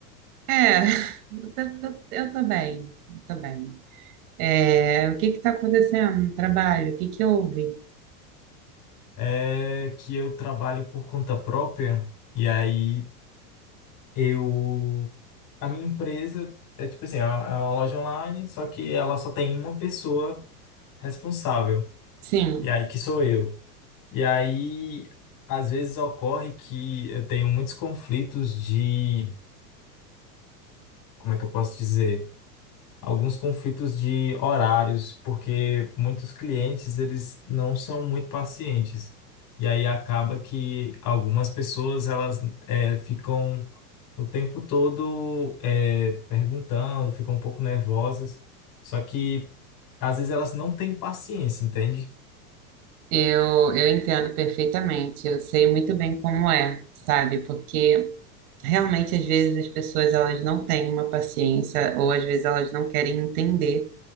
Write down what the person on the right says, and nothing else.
É, <laughs> eu tô, tô- eu tô bem, eu tô bem. É, o que que tá acontecendo no trabalho? O que que houve?
Sim,
eu, eu entendo perfeitamente. Eu sei muito bem como é, sabe? Porque realmente às vezes as pessoas elas não têm uma paciência ou às vezes elas não querem entender